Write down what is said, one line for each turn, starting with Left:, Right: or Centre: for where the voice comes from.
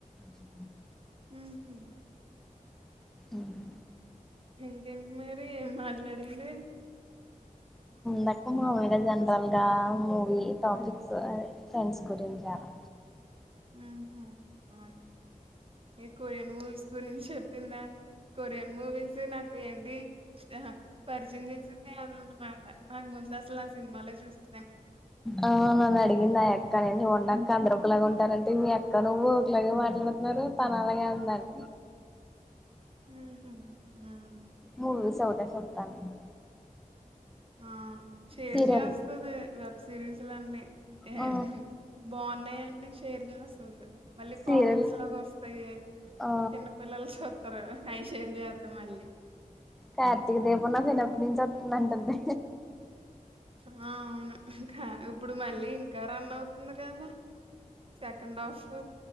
Centre: చె
Right: హుహు
Centre: ఉమ్
Right: ఇంకేంటి మరి ఏం మాట్లాడింది
Centre: నక్కు మాముల్గా జనరల్ గా మూవీ టాపిక్స్ అ ఫ్రెండ్స్ గురించి అ లా
Right: ఉహు ఆ ఏ కొరియన్ మూవీస్ గురించి చెప్పిందా కొరియన్ మూవీస్ నాకు ఏంటి ఆహా పరిచయం చేసి అదే అనామాట ఆ ముందాసల ఆ సినిమాలే చూస్త
Centre: ఆ నన్ను అడిగింది ఆ యక్క నేన్ ఉండక్క అందరు ఒకలాగా ఉంటారడి అంటే మీ అక్క నువ్వు ఒకలాగ మాట్లాడుతున్నారు తన అలాగే అందన్
Right: ఉహు ఉమ్
Centre: మూవీస్ సోవాటే సుత్తను నేన్
Right: ఆ షేర్
Centre: సీరియల్
Right: చేస్తది వెబ్ సిరీస్లన్నీ ఏ
Centre: ఆ
Right: బాగున్నాయి అంటే షేర్ చేస్తుంది మళ్ళీ
Centre: సీరియల్
Right: కామిక్స్ లాగా వస్తాయి
Centre: ఆ
Right: చిన్నపిల్లలు సూస్తారు అయి షేర్ చేద్దది మళ్ళీ
Centre: కార్తీక దీపం నా చిన్నప్పటి నుంచి వస్తుందంటంద్ది
Right: హా అవును ఇంకా ఇప్పుడు మళ్ళీ ఇంకా రన్ అవుతుంది కదా సెకండ్ హాఫ్